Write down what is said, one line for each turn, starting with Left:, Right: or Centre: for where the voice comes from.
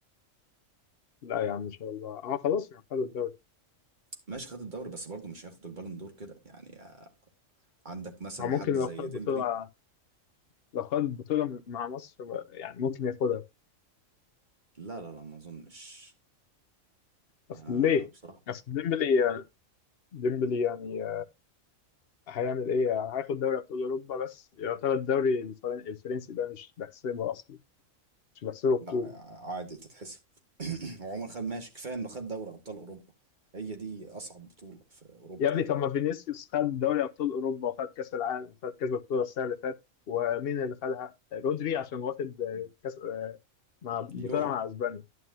Left: لا يا عم ان شاء الله اه خلاص ما خدوا الدوري
Right: ماشي خد الدوري بس برضه مش هياخد البالون دور كده يعني آه، عندك مثلا
Left: هو ممكن
Right: حد
Left: لو
Right: زي
Left: خد بطوله
Right: ديمبلي
Left: لو خد بطوله مع مصر يعني ممكن ياخدها
Right: لا لا لا ما اظنش
Left: اصل
Right: آه
Left: ليه؟
Right: بصراحه
Left: اصل ديمبلي ديمبلي يعني هيعمل ايه؟ هياخد دوري ابطال اوروبا بس يعتبر الدوري الفرن- الفرنسي ده مش بحسبه اصلا مش بحسبه بطولة
Right: لا آه، عادي تتحسب <clears throat> وعمر خد ماشي كفايه انه خد دوري ابطال اوروبا هي دي اصعب بطوله في اوروبا
Left: يا ابني طب ما فينيسيوس خد دوري ابطال اوروبا وخد كاس العالم وخد كذا بطولة السنة اللي فاتت ومين اللي خدها رودري عشان واخد آه،
Right: م.
Left: كاس آه، مع بطولة
Right: اليورو
Left: مع اسبانيا